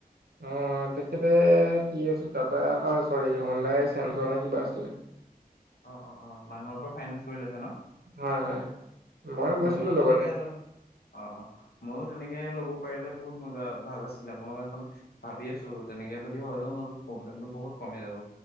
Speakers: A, on the right; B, on the left.
A: অঁ তেখেতে কি আছে টাটা অ চৰি হন্দাই চেণ্ট্ৰ নে কিবা আছিলে।
B: অ অ অ মানুহৰ পৰা ফাইনেন্ঞ্চ কৰি লৈছে ন?
A: হয় হয় মইও গৈছিলোঁ
B: ময়ো
A: লগতে।
B: তেনেকে আৰু অ' মইও তেনেকে ল'ব পাৰিলে বহুত মজা ভাল আছিলে, ময়ো এখন ভাবি আছো তেনেকে যদি হয়টো মোৰ প্ৰব্লেমটো বহুত কমে যাব,